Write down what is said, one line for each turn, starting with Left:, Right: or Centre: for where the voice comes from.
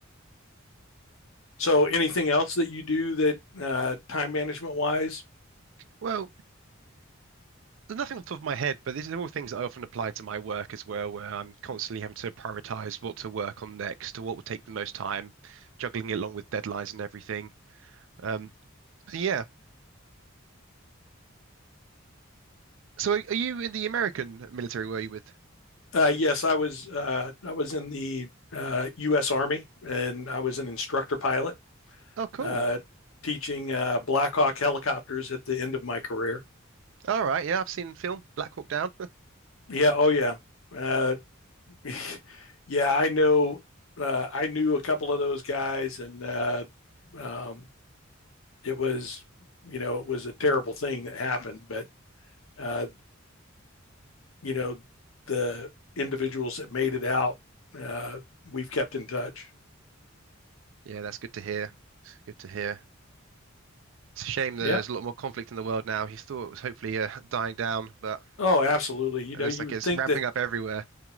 Left: so anything else that you do that uh, time management wise
Right: Well, There's nothing on the top of my head, but these are all things that I often apply to my work as well, where I'm constantly having to prioritize what to work on next, what will take the most time, juggling it along with deadlines and everything. Um, so yeah. So are, are you in the American military? Were you with?
Left: Uh, yes, I was uh, I was in the uh, U.S. Army, and I was an instructor pilot
Right: Oh, cool.
Left: uh, teaching uh, Black Hawk helicopters at the end of my career.
Right: All right. Yeah, I've seen film Black Hawk Down. <laughs>
Left: Yeah, oh yeah, uh, <laughs> yeah. I know. Uh, I knew a couple of those guys, and uh, um, it was you know it was a terrible thing that happened. But uh, you know the individuals that made it out, uh, we've kept in touch.
Right: Yeah, that's good to hear. Good to hear. It's a shame there's
Left: Yeah.
Right: a lot more conflict in the world now. You thought it was hopefully uh, dying down, but
Left: Oh, absolutely. You
Right: it
Left: know,
Right: looks
Left: you
Right: like
Left: would
Right: it's
Left: think
Right: ramping
Left: that
Right: up everywhere.